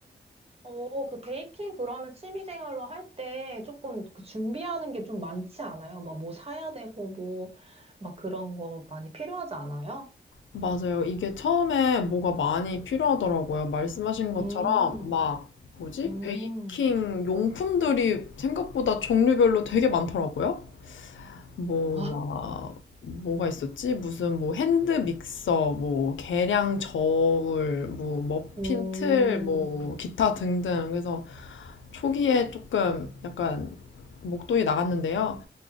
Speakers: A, on the right; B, on the left.
A: 어, 그 베이킹 그러면 취미생활로 할 때 조금 그 준비하는 게 좀 많지 않아요? 막 뭐 사야 되고 뭐 막 그런 거 많이 필요하지 않아요?
B: 맞아요. 이게 처음에 뭐가 많이 필요하더라고요. 말씀하신 것처럼
A: 음,
B: 막 뭐지?
A: 음,
B: 베이킹 용품들이 생각보다 종류별로 되게 많더라고요. 뭐
A: 아,
B: 막 뭐가 있었지? 무슨 뭐 핸드 믹서, 뭐 계량 저울, 뭐 머핀
A: 음,
B: 틀, 뭐 기타 등등. 그래서 초기에 조금 약간 목돈이 나갔는데요.